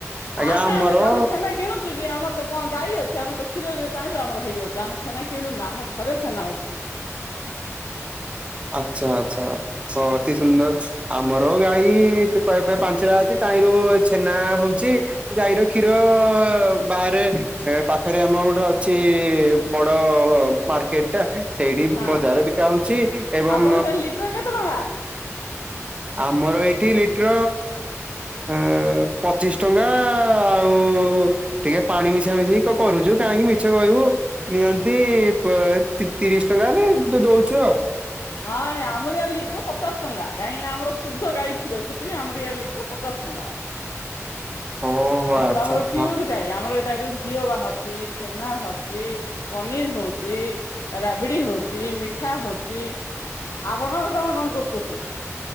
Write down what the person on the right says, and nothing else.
ଆଜ୍ଞା
ଆମର
ଆଚଛା ଆଚଛା ହଁ ଅତି ସୁନ୍ଦର ଆମର ଗାଈ ପାଞ୍ଚଟା ଅଛି ତାଇ ର ଛେନା ହଉଛି ଯଈର କ୍ଷୀର ବାହାରେ ପାଖରେ ଆମ ଗୋଟେ ଅଛି ବଡ ମାର୍କେଟ ଟା ସେଇଠି
ବଜାର ବିକା ହଉଛି ଏବଂ
ଆମର ଏଇଠି ଲିଟର ଅ ପଚିଶ ଟଙ୍କା ଆଉ ଟିକେ ପାଣି ମିଶା ମିଶେଇି କରୁଛୁ କାହିଁକି ମିଛ କହିବୁ ନିଅନ୍ତି ତିରିଶ ଟଙ୍କାରେ ଦଉଛୁ ଆଉ
ଓହୋ
ଆଚ୍ଛା
ହଁ।